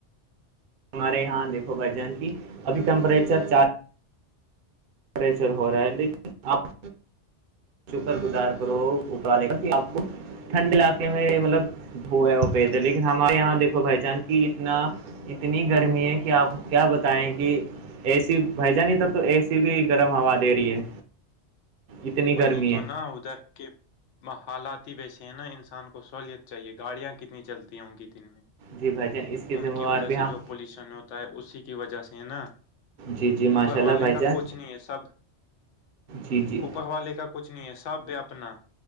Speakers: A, on the right; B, on the left.
A: ہمارے یہاں دیکھو بھائی جان کی ابھی ٹیمپریچر چار پریشر ہو رہا ہے لیکن آپ شکر گزار کرو اٹالے گا آپ کو ٹھنڈ علاقے میں مطلب ہووئے وہ پہ تھے لیکن ہمارے یہاں دیک بھائی جان کی اتنا اتنی گرمی ہے کہ آپ کیا بتائیں کہ اے سی بھائی جان اد تو اے سی کسی بھی گرم ہوا دے رہی ہے اتنی
B: وہی
A: گرمی
B: تو
A: ہے
B: نہ ادھر کے حالاتی ویسے ہیں نہ انسان کو سہوولت چاہیے گاڑیاں کتنی چلتی ہیں ان کی دن میں
A: جی بھائی جان اس کے
B: ان
A: ذمہ
B: کی
A: وار
B: وجہ
A: بھی
B: سے
A: ہم
B: جو پولوشن ہوتا ہے اسی کی وجہ سے ہے نا
A: جی جی
B: اوپر
A: ماشاء
B: وال
A: اللہ
B: والے
A: بھائی
B: کا
A: جان
B: کچھ نہیں ہے سب
A: جی جی
B: اوپر والے کا کچھ نہیں ہے سب بھی اپنا